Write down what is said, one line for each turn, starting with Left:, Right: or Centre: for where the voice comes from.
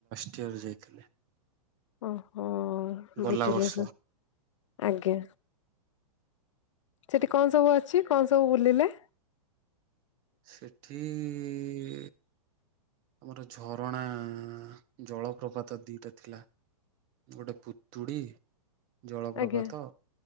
Right: ଇଅର ଯାଇଥିଲେ।
Left: ଓହୋ ଓ
Right: ଗଲା
Left: ବୁଝିଲେ
Right: ବର୍ଷ
Left: ସ ଆଜ୍ଞା। ସେଠି କଣ ସବୁ ଅଛି? କଣ ସବୁ ବୁଲିଲେ?
Right: ସେଠି-ଇ ଆମର ଝରଣା-ଆ ଜଳପ୍ରପାତ ଦିଟା ଥିଲା ଗୋଟେ ପୁତୁଡ଼ି, ଜଳପ୍ରପାତ
Left: ଆଜ୍ଞା